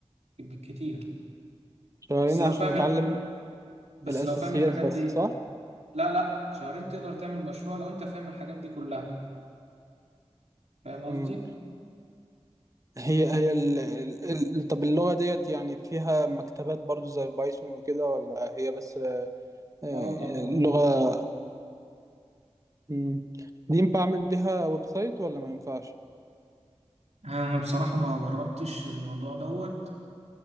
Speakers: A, on the right; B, on the right.
A: بالكتير
B: شهرين
A: بس لو
B: عشان
A: فاهم
B: اتعلم
A: بس
B: الاساسيات
A: لو فاهم الحاجات
B: بس
A: دي
B: صح
A: لا لا شهرين تقدر تعمل مشروع لو انت فاهم الحاجات دي كلها فاهم
B: مم.
A: قصدي
B: هي هي ال... ال... ال... طب اللغة ديت يعني فيها مكتبات برضو زي البايثون وكده ولا هي بس آه، آه،
A: اه طبعا
B: لغة مم. دي ينفع أعمل بيها ويب سايت ولا ما ينفعش؟
A: انا بصراحة ما جربتش الموضوع دوت